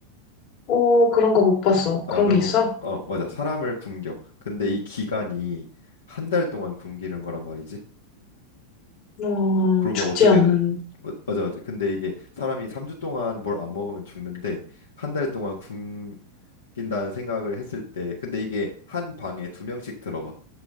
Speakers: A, on the left; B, on the left.
A: 오 그런 거 못 봤어.
B: 아,
A: 그런
B: 그런
A: 게 있어?
B: 거 보. 어, 맞아. 사람을 굶겨. 근데 이 기간이 한 달 동안 굶기는 거란 말이지.
A: 어,
B: 그러면
A: 죽지
B: 어떻게
A: 않는.
B: 돼? 맞- 맞아, 맞아. 근데 이게 사람이 3주 동안 뭘 안 먹으면 죽는데 한 달 동안 굶긴다는 생각을 했을 때 근데 이게 한 방에 두 명씩 들어가.